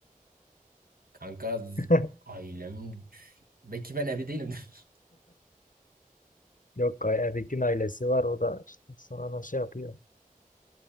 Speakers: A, on the right; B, on the left.
A: Kanka z-
B: <laughs>
A: ailem <laughs> belki ben evli değilim. <laughs>
B: Yok Erik'in ailesi var o da işte sonra şey yapıyor.